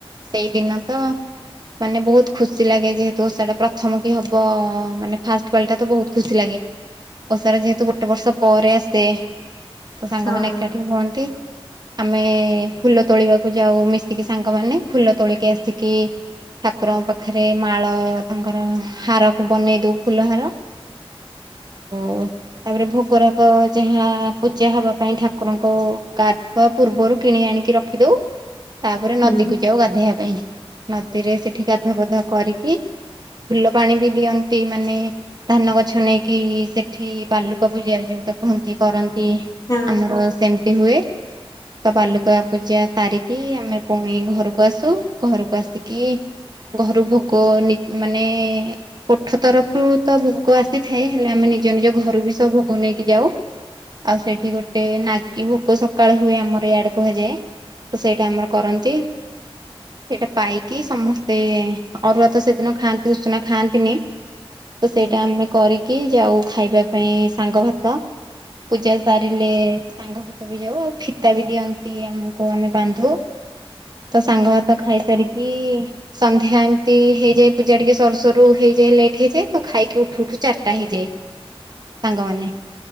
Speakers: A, on the right; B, on the left.
A: ସେଇଦିନ ତ ମାନେ ବୋହୁତ୍ ଖୁସି ଲାଗେ ଯେହେତୁ ଓଷାଟା ପ୍ରଥମ କି ହବ ମାନେ ଫାଷ୍ଟ୍ ପାଳି ଟା ତ ବୋହୁତ୍ ଖୁସି ଲାଗେ। ଓଷାର ଯେହେତୁ ଗୋଟେ ବର୍ଷ ପରେ ଆସେ ତ ସାଙ୍ଗମାନେ
B: ହଁ
A: ଏକାଠି ହୁଅନ୍ତି। ଆମେ ଫୁଲ ତୋଳିବାକୁ ଯାଉ ମିଶିକି ସାଙ୍ଗମାନେ ଫୁଲ ତୋଳିକି ଆସିକି ଠାକୁରଙ୍କ ପାଖରେ ମାଳ ତାଙ୍କର ହାରକୁ ବନେଇ ଦୋଉ ଫୁଲ ହାର। ଓ ତାପରେ ଭୋଗରାଗ ଯାହା ପୂଜା ହବା ପାଇଁ ଠାକୁରଙ୍କୁ ଗାଧୁଆ ପୂର୍ବରୁ କିଣି ଆଣିକି ରଖିଦୋଉ। ତାପରେ
B: ହୁଁ
A: ନଦୀକୁ ଯାଉ ଗାଧେଇବା ପାଇଁ ନଦୀରେ ସେଠି ଗାଧୁଆ ପାଧୁଆ କରିକି ଫୁଲ ପାଣି ବି ଦିଅନ୍ତି ମାନେ ଧାନ ଗଛ ନେଇକି ସେଠି ବାଲୁକା ପୂଜା ଯୋଉଟା କୁହନ୍ତି କରନ୍ତି
B: ହୁଁ
A: ଆମର ସେମିତି ହୁଏ। ତ ବାଲୁକା ପୂଜା ସାରିକି ଆମେ ପୁଣି ଘରୁକୁ ଆସୁ ଘରକୁ ଆସିକି ଘରୁ ଭୋଗ ନେ ମାନେ କୋଠ ତରଫ୍ ରୁ ତ ଭୋଗ ଆସି ଥାଏ ହେଲେ ଆମେ ନିଜ ନିଜ ଘରୁ ବି ସବୁ ଭୋଗ ନେଇକି ଯାଉ। ଆଉ ସେଠି ଗୋଟେ ନାଗି ଭୋକ ସକାଳେ ହୁଏ ଆମର ଇଆଡେ କୁହାଯାଏ। ତ ସେଇଟା ଆମର କରନ୍ତି। ସେଇଟା ପାଇକି ସମସ୍ତେ ଅରୁଆ ତ ସେଦିନ ଖାଆନ୍ତି ଉଷୁନା ଖାଆନ୍ତିନି। ତ
B: ହଁ
A: ସେଇଟା ଆମେ କରିକି ଯାଉ ଖାଇବା ପାଇଁ ସାଙ୍ଗ ଭାତ। ପୂଜା ସାରିଲେ ସାଙ୍ଗ ଭାତ ବି ଯାଉ ଆଉ ଫିତା ବି ଦିଅନ୍ତି ଆମକୁ ଆମେ ବାନ୍ଧୁ। ତ ସାଙ୍ଗ ଭାତ ଖାଇସାରିକି ସନ୍ଧ୍ୟା ଏମିତି ହେଇଯାଏ ପୂଜା ଟିକେ ସରୁ ସରୁ ହେଇଯାଏ ଲେଟ୍ ହେଇଯାଏ ତ ଖାଇକି ଉଠୁ ଉଠୁ ଚାର୍ ଟା ହେଇଯାଏ ସାଙ୍ଗମାନେ